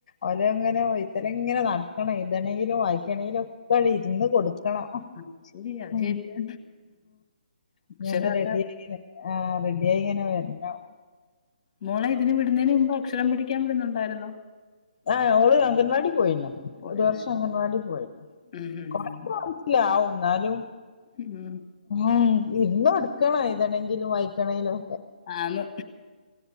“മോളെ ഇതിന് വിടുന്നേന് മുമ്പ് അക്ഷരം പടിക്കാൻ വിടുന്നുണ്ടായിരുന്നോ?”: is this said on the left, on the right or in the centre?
Left